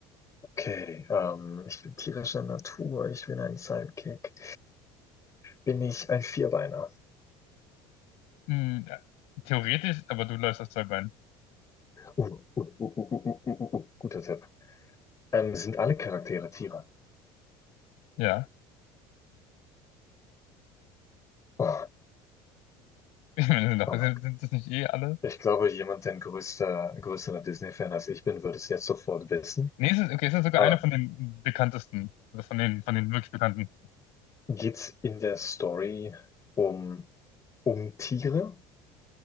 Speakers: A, on the left; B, on the left.
A: Okay, ähm, ich bin tierischer Natur, ich bin ein Sidekick. Bin ich ein Vierbeiner?
B: Hm, ja. Theoretisch, aber du läufst auf zwei Beinen.
A: Uh, uh, uh, uh, uh, uh, uh, uh, guter Tipp. Ähm, sind alle Charaktere Tiere?
B: Ja,
A: Oh,
B: <laughs> ich meine, sind, doch-
A: oh
B: sind,
A: mein Gott.
B: sind das nicht eh alle?
A: Ich glaube, jemand, der ein größter, größerer Disney-Fan als ich bin, würde es jetzt sofort wissen.
B: Nee, es ist, okay, es ist sogar
A: Aber
B: einer von den bekanntesten, also von den, von den wirklich bekannten.
A: geht's in der Story um, um Tiere?